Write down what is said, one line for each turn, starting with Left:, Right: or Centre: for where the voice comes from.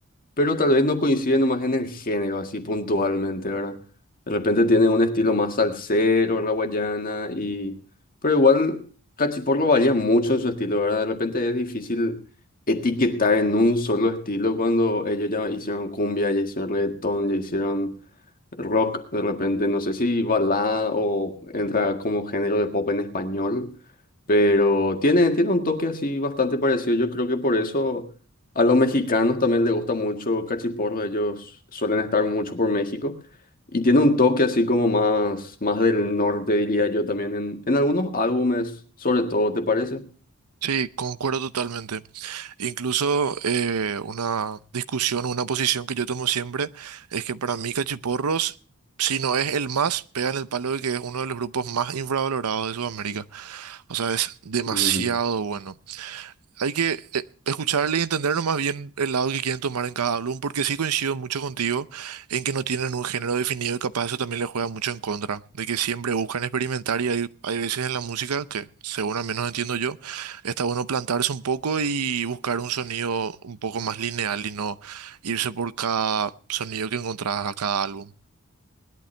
Left: pero tal vez no coincide nomás en el género, así puntualmente, ¿verdad? De repente tiene un estilo más salsero, la guayana, y... Pero igual cachiporro varía mucho en su estilo, ¿verdad? De repente es difícil etiquetar en un solo estilo cuando ellos ya hicieron cumbia, ya hicieron reggaetón, ya hicieron rock de repente, no sé si balada o entra como género de pop en español, pero tiene, tiene un toque así bastante parecido. Yo creo que por eso a los mexicanos también les gusta mucho Cachiporro, ellos suelen estar mucho por México y tiene un toque así como más, más del norte, diría yo también, en, en algunos álbumes, sobre todo, ¿te parece?
Right: Sí, concuerdo totalmente. Incluso eh, una discusión o una posición que yo tomo siempre es que para mí Cachiporros, si no es el más, pega en el palo de que es uno de los grupos más infravalorados de Sudamérica. O sea, es demasiado
Left: Mm,
Right: bueno. Hay que eh, escucharle y entendernos más bien el lado que quieren tomar en cada álbum, porque sí coincido mucho contigo en que no tienen un género definido y capaz eso también les juega mucho en contra, de que siempre buscan experimentar y hay, hay veces en la música que, según al menos entiendo yo, está bueno plantarse un poco y buscar un sonido un poco más lineal y no irse por cada sonido que encontrás a cada álbum.